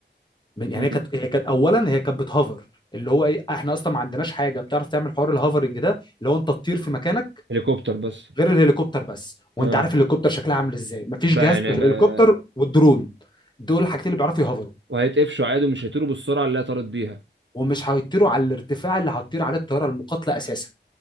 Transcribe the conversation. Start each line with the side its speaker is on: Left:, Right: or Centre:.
Left: من يعني
Right: امم
Left: هي كانت هي كانت أولا هي كانت بتهوفر اللي هو ايه احنا اصلا ما عندناش حاجة بتعرف تعمل حوار الهوفرنج ده اللي هو انت تطير في مكانك
Right: هليكوبتر بس
Left: غير الهليكوبتر بس وانت
Right: اه
Left: عارف الهليكوبتر شكلها عامل ازاي مفيش
Right: بقى
Left: جهاز
Right: يعني
Left: الهليكوبتر
Right: بقى
Left: والدرون دول الحاجتين اللي بيعرفوا يهوفروا
Right: وهيتقفشوا عادي ومش هيطيروا بالسرعه اللي هي طارت بيها
Left: ومش هيطيروا على الارتفاع اللي هتطير عليه الطياره المقاتله اساسا